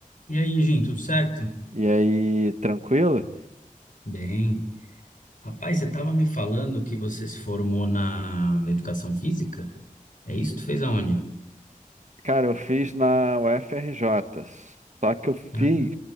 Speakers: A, on the left (about 70°); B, on the right (about 55°).
A: E aí, Jim, tudo certo?
B: E aí, tranquilo?
A: Bem. Rapaz, você estava me falando que você se formou na educação física? É isso? Tu fez aonde?
B: Cara, eu fiz na UFRJ, só que eu fiz,
A: Ah,